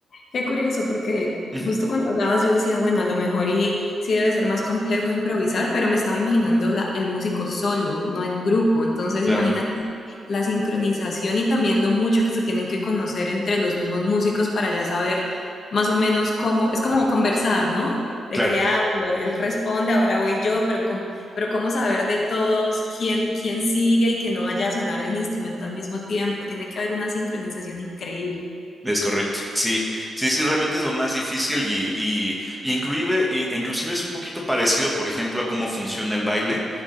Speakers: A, on the left; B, in the centre.
A: Qué curioso, porque
B: Ujú,
A: justo cuando hablabas yo decía, bueno, a lo mejor y sí debe ser más complejo improvisar, pero me estaba imaginando la- el músico solo, no en grupo. Entonces,
B: Claro,
A: imagínate la sincronización y también lo mucho que se tienen que conocer entre los mismos músicos para ya saber más o menos cómo, es como conversar, ¿no? De
B: claro.
A: que, ah, bueno, él responde, ahora voy yo, pero cómo, pero cómo saber de todos quién, quién sigue y que no vaya a sonar un instrumento al mismo tiempo. Tiene que haber una sincronización increíble.
B: Es correcto, sí, sí, sí, realmente es lo más difícil y, y, y inclusive, e- inclusive es un poquito parecido, por ejemplo, a cómo funciona el baile.